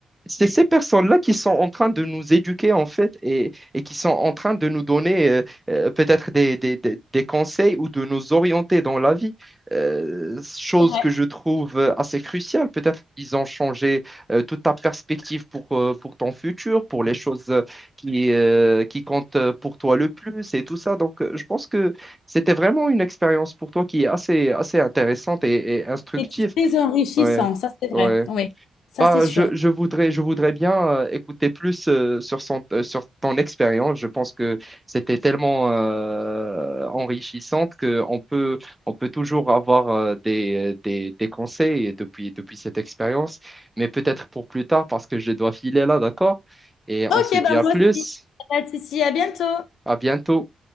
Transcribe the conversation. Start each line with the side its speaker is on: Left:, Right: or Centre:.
Centre: C'est ces personnes-là qui sont en train de nous éduquer, en fait, et, et qui sont en train de nous donner euh, euh, peut-être des, des- des- des conseils ou de nous orienter dans la vie. Euh, chose
Left: C'est vrai.
Centre: que je trouve euh, assez cruciale. Peut-être qu'ils ont changé euh, toute ta perspective pour, euh, pour ton futur, pour les choses euh, qui, euh, qui comptent euh, pour toi le plus et tout ça. Donc, euh, je pense que c'était vraiment une expérience pour toi qui est assez, assez intéressante et, et instructive.
Left: C'est très enrichissant,
Centre: Ouais,
Left: ça c'est vrai.
Centre: ouais.
Left: Oui, ça
Centre: Bah,
Left: c'est sûr.
Centre: je, je voudrais, je voudrais bien euh, écouter plus euh, sur son, euh, sur ton expérience. Je pense que c'était tellement euh, enrichissante qu'on peut, on peut toujours avoir euh, des, des, des conseils depuis, depuis cette expérience, mais peut-être pour plus tard parce que je dois filer là, d'accord? Et on
Left: Ok,
Centre: se
Left: ben
Centre: dit à
Left: moi
Centre: plus,
Left: aussi. Pas de souci, à bientôt.
Centre: à bientôt.